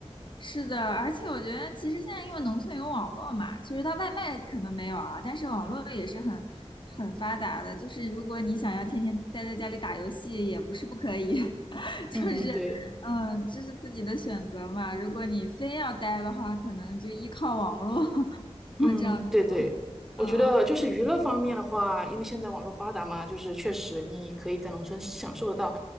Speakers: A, on the left; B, in the centre.
A: 是的，而且我觉得其实现在因为农村有网络嘛，其实它外卖可能没有啊，但是网络也是很很发达的。就是如果你想要天天待在家里打游戏，也不是不可以，<laughs>
B: 嗯，
A: 就是
B: 对，
A: 嗯，就是自己的选择嘛。如果你非要待的话，可能就依靠网络 <laughs>，那这样，
B: 嗯，对对。我觉得就是娱乐方面的话，
A: 嗯嗯，
B: 因为现在网络发达嘛，就是确实你可以在农村享受得到，